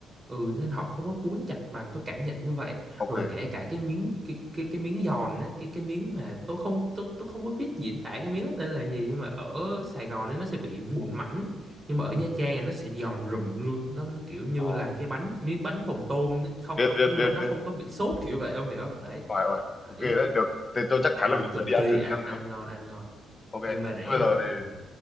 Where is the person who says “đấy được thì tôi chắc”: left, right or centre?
Left